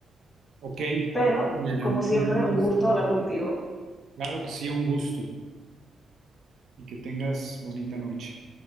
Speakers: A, on the right; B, on the left.
A: Ok,
B: Pero,
A: ok, Elena.
B: como siempre,
A: Muy buenas.
B: un gusto hablar contigo
A: Claro que sí, un gusto y que tengas bonita noche.